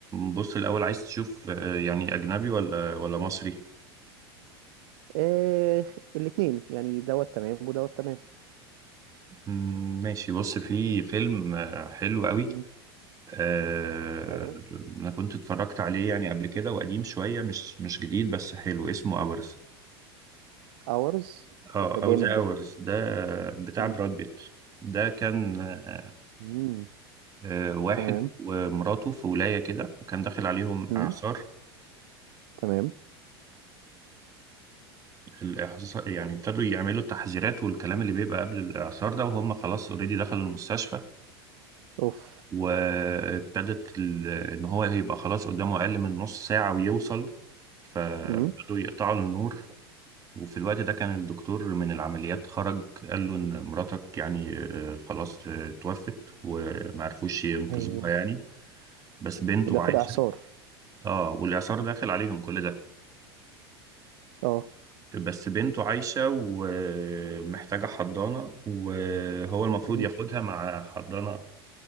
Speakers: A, on the right; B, on the right.
A: بص الأول عايز تشوف أه، يعني أجنبي ولا ولا مصري؟
B: أه الاتنين يعني دوت تمام ودوت تمام
A: مم، ماشي بص في فيلم أه، حلو قوي
B: مم.
A: أه
B: ايوه
A: أنا كنت اتفرجت عليه يعني قبل كده وقديم شوية مش مش جديد بس حلو اسمه أورز
B: اورز
A: اه
B: طب ده
A: أو
B: جامد
A: ذا
B: ده
A: أورز ده بتاع
B: مم.
A: براد بيت ده كان أه،
B: مم.
A: أه، واحد
B: تمام
A: ومراته في ولاية كده وكان داخل عليهم
B: مم.
A: إعصار
B: تمام
A: الإعصار يعني ابتدوا يعملوا التحذيرات والكلام اللي بيبقى قبل الإعصار ده وهم خلاص اوريدي دخلوا المستشفى
B: اوف
A: وابتدت ال- إن هو هيبقى خلاص قدامه أقل من نص ساعة ويوصل فابتدوا
B: مم.
A: يقطعوا النور وفي الوقت ده كان الدكتور من العمليات خرج قال له إن مراتك يعني آه، خلاص آه، توفت ومعرفوش ينقذوها
B: ايوه
A: يعني بس بنته
B: وده في
A: عايشة
B: الاعصار
A: اه والإعصار داخل عليهم كل ده
B: اه
A: بس بنته عايشة ومحتاجة حضانة وهو المفروض
B: مم.
A: ياخدها مع حضانة